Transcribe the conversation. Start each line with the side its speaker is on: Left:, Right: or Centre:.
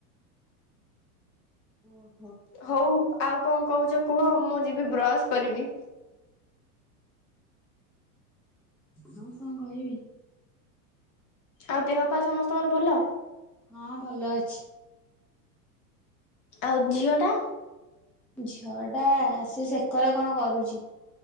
Centre: ଓ
Left: ହଉ ଆଉ କଣ କହୁଛ କୁହ ମୁଁ ଯିବି ବ୍ରଶ କରିବି
Centre: ଆଉ କଣ କହିବି
Left: ଆଉ ଦେହ ପାହା ସମସ୍ତଙ୍କର ଭଲ
Centre: ହଁ ଭଲ ଅଛି
Left: ଆଉ ଝିଅ ଟା
Centre: ଝିଅ ଟା ସେ ସେକରେ କଣ କରୁଛି